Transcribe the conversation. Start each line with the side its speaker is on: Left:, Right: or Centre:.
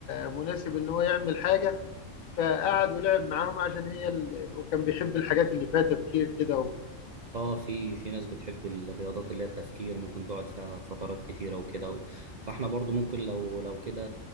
Left: مناسب إن هو يعمل حاجة فقعد ولعب معاهم عشان هي ال... وكان بيحب الحاجات اللي فيها تفكير كده و...
Right: اه في في ناس بتحب الرياضات اللي هي التفكير ممكن تقعد فيها فترات كتيرة وكده و... فاحنا برضو ممكن لو لو كده